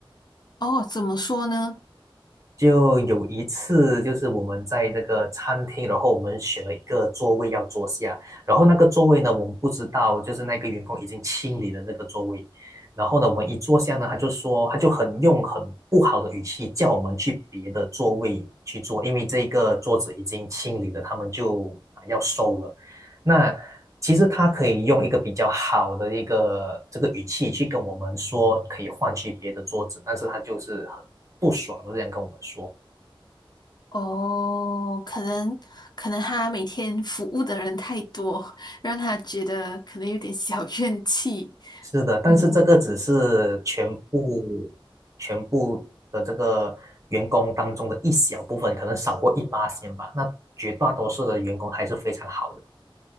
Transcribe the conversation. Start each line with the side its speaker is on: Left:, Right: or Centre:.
Left: 哦，怎么说呢？
Right: 就有一次，就是我们在这个餐厅，然后我们选了一个座位要坐下，然后那个座位呢，我们不知道，就是那个员工已经清理了这个座位，然后呢，我们一坐下呢，他就说，他就很用很不好的语气叫我们去别的座位去坐，因为这个桌子已经清理了，他们就啊要收了。那其实他可以用一个比较好的一个这个语气去跟我们说，可以换去别的桌子，但是他就是很不爽的这样跟我们说。
Left: 哦，可能可能他每天服务的人太多，让他觉得可能有点小怨气。
Right: 是的，但是这个只是全部
Left: 嗯
Right: 全部的这个员工当中的一小部分，可能少过一八千吧。那绝大多数的员工还是非常好的，